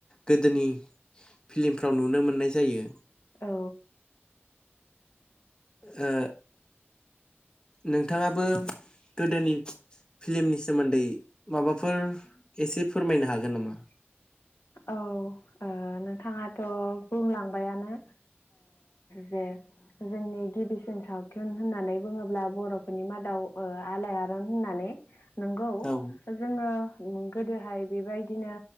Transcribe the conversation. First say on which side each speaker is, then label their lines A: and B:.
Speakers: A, on the left (about 20°); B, on the left (about 65°).
A: गोदोनि फिल्मफ्राव नुनो मोननाय जायो।
B: औ
A: ओ नोंथांङाबो गोदोनि फिल्मनि सोमोन्दै माबाफोर एसे फोरमायनो हागोन नामा?
B: औ नोंथांङाथ' बुंलांबायानो जे जोंनि गिबिसिन सावथुन होननानै बुङोब्ला बर'फोरनि मादाव औ आलायरन होननानै नोंगौ
A: औ
B: जोंङो गोदोहाय बेबायदिनो